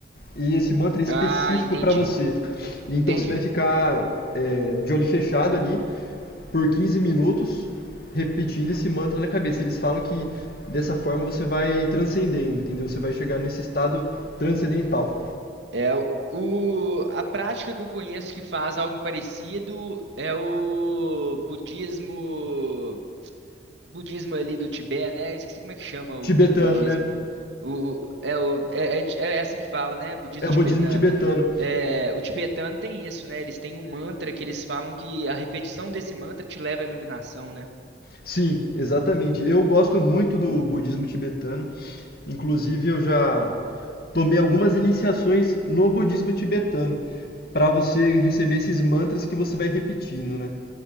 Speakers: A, on the left; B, on the right.
A: e esse mantra é específico
B: Ah, entendi.
A: para você. E
B: Entendi.
A: então você vai ficar é, de olho fechado ali por 15 minutos repetindo esse mantra na cabeça. Eles falam que dessa forma você vai transcendendo, entendeu? Você vai chegar nesse estado transcendental.
B: É o, a prática que eu conheço que faz algo parecido é o budismo, budismo ali do Tibete, né? Esqueci como é que chama o
A: Tibetano,
B: budismo.
A: né?
B: O, é, o, é, é, é assim que fala, né? Budismo
A: É o
B: tibetano.
A: budismo tibetano.
B: É, o tibetano tem isso, né? Eles têm um mantra que eles falam que a repetição desse mantra te leva à iluminação, né?
A: Sim, exatamente. Eu gosto muito do budismo tibetano. Inclusive, eu já tomei algumas iniciações no budismo tibetano para você receber esses mantras que você vai repetindo, né?